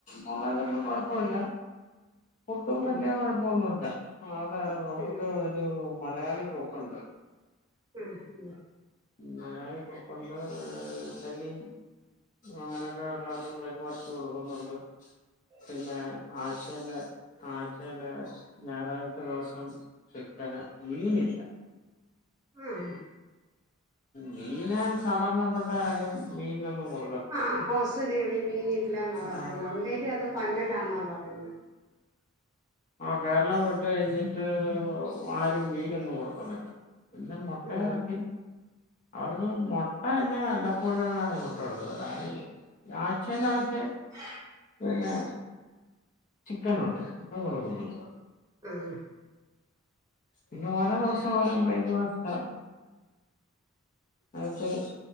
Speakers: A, on the left; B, on the right.
A: മന്നതന്നും കുഴപ്പില്ല ഫുഡും വലിയ
B: ഉം
A: കുഴപ്പൊന്നുമല്ല ആ അതെ അവർക്ക്
B: ഉം
A: ഒരു മലയാളി കോക്കുണ്ട്
B: ആഹ ഉ
A: മലയാളി കുക്കുണ്ട് ഇഡലി അങ്ങനെയൊക്കെ ഉള്ളത് ബ്രേക്ക്ഫാസ്റ്റ് കൊടുക്കുന്നുണ്ട്
B: അ
A: പിന്നെ ആഴ്ചയില ആഴ്ചയില് ഞായറാഴ്ച ദിവസം ചിക്കൻ മീനില്ല
B: ആഹ
A: മീന സാധാരണപ്പെട്ട ആരും മീനൊന്നും കൊടു
B: ആഹ് ഹോസുരിി മീന ഇ ല്ല എന്നാ
A: ഉം
B: പറയന്ന ഉണ്ടെ അത് പന്നലാ എന്നാ പറയുന്ന
A: ആ കേരളം വിട്ട കഴിഞ്ഞിട്ട് ആരും മീനൊന്നും കൊടുക്കുന്നില്ല പിന്ന മുട്ട
B: ആ
A: ഇറക്കി അവർക്ക് മുട്ടന്നെ അല്ല പ്പോഴാണ് ഇങ്ങോട്ട് കൊടുക്ക ആഴ്ചാഴ്ച
B: <unintelligible>
A: പിന്നെ ചിക്കൻ ഉണ്ട് ചിക്കൻ കൊടുക്കുന്നുണ്ട്
B: ആഹ
A: പിന്നെ ഓരോ ദിവസം ഓരോ ബ്രേക്ക്ഫാസ്റ്റ് അടുത്തത്